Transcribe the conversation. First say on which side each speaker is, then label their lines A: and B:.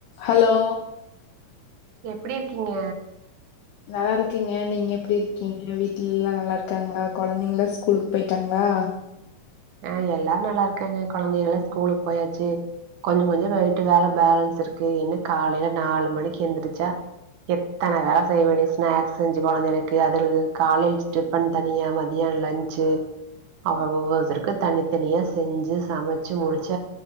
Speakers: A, on the left (about 75°); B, on the right (about 70°).
A: hello
B: எப்டி இருக்கீங்க
A: நல்லாருக்கங்க நீங்க எப்டி இருக்கீங்க வீட்டுலல்லா நல்லா இருக்காங்ளா கொழந்தைங்களா ஸ்கூலுக்கு போய்ட்டாங்ளா
B: ஆ எல்லாரு நல்லாருக்காங்க கொழந்தயெலா ஸ்கூலுக்கு போயாச்சு கொஞ்சோ கொஞ்சோ நைட்டு வேல பேலன்ஸ் இருக்கு இன்னு காலைல நாலு மணிக்கு எந்திருச்சா எத்தன வேல செய்ய வேண்டி ஸ்நாக்ஸ் செஞ்சு கொழந்தகளுக்கு அது இது காலெஜ் டிரிப் ப்பன் தனியா மதியானோ லன்ச்சு அவ ஒவ்வொருத்ருக்கு தனித்தனியா செஞ்சு சமச்சு முடிச்ச